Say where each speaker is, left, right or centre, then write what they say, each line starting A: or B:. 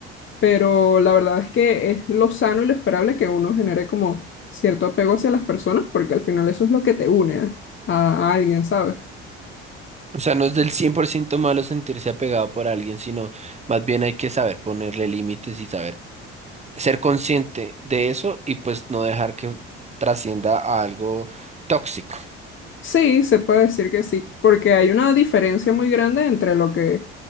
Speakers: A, on the left; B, on the right.
A: pero la verdad es que es lo sano y lo esperable que uno genere como cierto apego hacia las personas, porque al final eso es lo que te une a, a alguien, ¿sabes?
B: O sea, no es del 100% malo sentirse apegado por alguien, sino más bien hay que saber ponerle límites y saber ser consciente de eso y pues no dejar que trascienda a algo tóxico.
A: Sí, se puede decir que sí, porque hay una diferencia muy grande entre lo que,